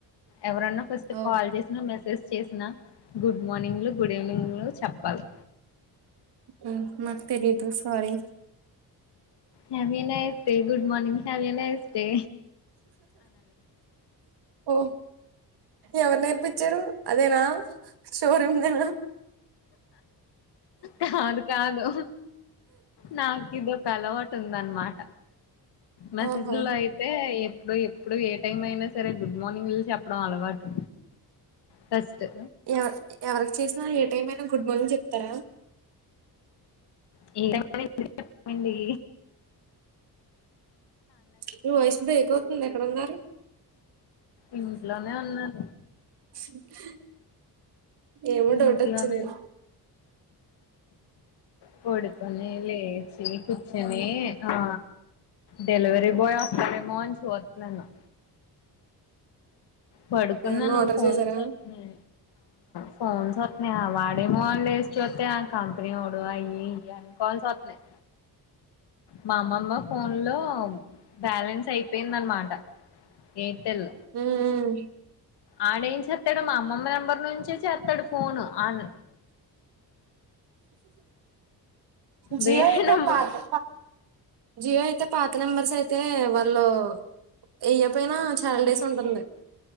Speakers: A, on the left; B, on the right.
A: ఎవరన్న ఫస్ట్
B: ఓ
A: కాల్ చేసినా మెసేజ్ చేసినా గుడ్ మార్నింగులు గుడ్ ఈవినింగ్లు చెప్పాలి
B: ఉ నాకు తెలీదు sorry
A: have a nice day good morning, have a nice day.
B: ఓ ఎవర్ నేర్పించ్చారు అదేనా షోరూమ్ లాల్లో
A: కాదు కాదు, నాక్ ఇదోక అలవాటు ఉందన్నమాట. మెసేజ్లో
B: ఓహో
A: అయి తే ఎప్పుడు, ఎప్పుడు ఏ టైం అయినా సరే గుడ్ మార్నింగ్ జూసి చెప్పడం అలవాటు. ఫస్ట్ దా
B: ఎవ, ఎవరికి చేసినా ఏ టైం అయినా గుడ్ మార్నింగ్ చెప్తారా.
A: <unintelligible> చెప్పింది
B: నీవాయిసు బ్రేక్ అవుతుంది ఎక్కడున్నారు.
A: ఇంట్లోనే ఉన్నాను.
B: <unintelligible> ఏమో డౌట్
A: ఇంట్లోనే
B: ఒచ్చింది.
A: పడుకోని, లేచి, కుచోని ఆ డెలివరీ బాయ్ ఒస్తాడేమో అని చూత్తున్నాను. పడుకున్నా
B: ఎవరన్నా
A: నువ్
B: ఆర్డర్
A: ఫోన్
B: చేసారా
A: చెత్తేనే ఫోన్స్ అస్తున్నాయి <unintelligible> ఏమో అని లేసి చూత్తే ఆ కంపెనీ ఒడు అయ్యి, ఇయ్యి అని కాల్స్ ఒస్తున్నాయి. మా అమ్మమ్మ ఫోన్ లో బ్యాలెన్స్ అయిపోయిందనమాట ఎయిర్టెల్.
B: ఉమ్మ్
A: ఆడేఏం చేత్తడు మా అమ్మమ్మ నెంబర్ నుంచే చేత్తడు ఫోను, ఆన్
B: జీయో
A: వేరే
B: అయితే
A: నంబర్
B: పాత్ జియో అయితే పాత నెంబర్స్ అయితే వాళ్ళు, ఎయ్యపోయినా చాలా డేస్ ఉంటుంది.